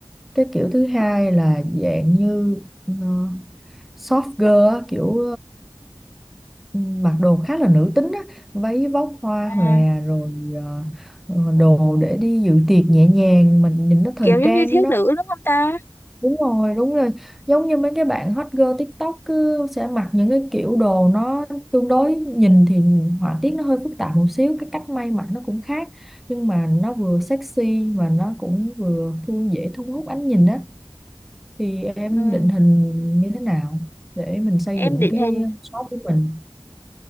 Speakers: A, in the centre; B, on the left.
A: cái kiểu thứ hai là dạng như ờ, soft girl á, kiểu mặc đồ khá là nữ tính á váy vóc hoa
B: à
A: hòe rồi ờ, ờ, đồ để đi dự tiệc nhẹ nhàng mình nhìn nó thời
B: kiểu giống
A: trang
B: như thiếu
A: đó
B: nữ đúng không ta
A: đúng rồi đúng rồi giống như mấy cái bạn hot girl TikTok cứ sẽ mặc những cái kiểu đồ nó tương đối nhìn thì họa tiết nó hơi phức tạp một xíu cái cách may mặc nó cũng khác nhưng mà nó vừa sexy mà nó cũng vừa thu dễ thu hút ánh nhìn á thì em
B: ừ Ừ.
A: định hình như thế nào để mình xây
B: Em
A: dựng
B: định
A: cái
B: hình
A: shop của mình